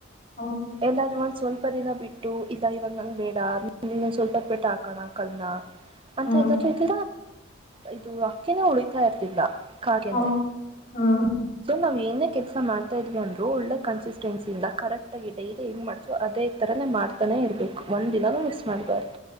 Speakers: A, on the left; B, on the right.
A: ಹೌದ್
B: ಎಲ್ಲಾದ್ರೂ ಒಂದು ಸ್ವಲ್ಪ ದಿನ ಬಿಟ್ಟು ಇಲ್ಲ ಇವಾಗ ನಂಗ ಬೇಡ ಸ್ವಲ್ಪ ಹೊತ್ತು ಬಿಟ್ಟು ಹಾಕೋಣ ಕಲ್ಲ ಅಂತ
A: ಹ್ಮ್
B: ಎಲ್ಲಾದ್ರು ಇದು ಹಕ್ಕಿನು ಉಳಿತಾ ಇರ್ತಿಲ್ಲ ಕಾಗೆನೇ
A: ಹೌದು ಹ್ಮ್
B: ನಾವು ಏನೇ ಕೆಲಸ ಮಾಡ್ತಾ ಇದ್ವಿ ಅಂದ ದು ಒಳ್ಳೆ ಕನ್ಸಿಸ್ಟೆನ್ಸಿಯಯಿಂದ ಕರೆಕ್ಟಾಗಿ ಡೈಲಿ ಹೆಂಗಂ ಮಾಡ್ತೋ ಅದೇ ಥರ ಮಾಡ್ತಾನೇ ಇರಬೇಕು ಒಂದ ದಿನೂ ಮಿಸ್ ಮಾಡಬಾರ್ದು